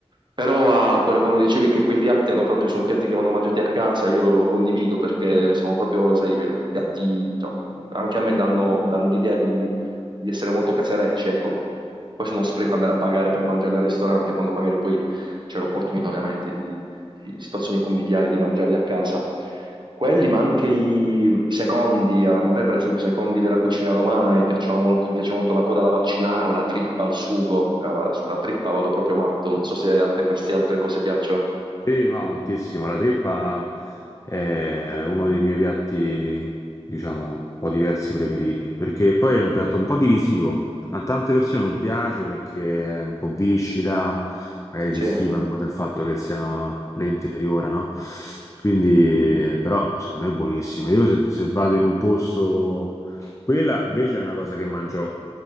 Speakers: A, on the right; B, on the left.
A: Però ah, quello- quando dicevi che quei piatti hanno proprio, sono piatti che vanno mangiati a casa, io lo, lo condivido perché sono proprio, sai, eh, piatti, insomma, anche a me danno, danno l'idea di, di essere molto caserecci, ecco. Poi se uno spreco andare a pagare per mangiarli al ristorante, quando magari poi c'è l'opportunità ovviamente di, in situazioni conviviali, di mangiarli a casa. Quelli, ma anche i secondi, eh, a me per esempio i secondi della cucina romana mi piacciono molto, mi piace molto la coda alla vaccinaro, la trippa al sugo, Allora, sulla trippa vado proprio matto, non so se a te queste altre cose piacciono.
B: Sì, ma moltissimo. La trippa è uno dei miei piatti, diciamo, un po' diversi preferiti, perché poi è un piatto un po' divisivo. A tante persone non piace perché è un po' viscida, magari
A: Sì,
B: si schifano del fatto che siano lente interiora, no? Quindi, però, secondo me è buonissima. Io se, se vado in un posto, quella invece è una cosa che mangio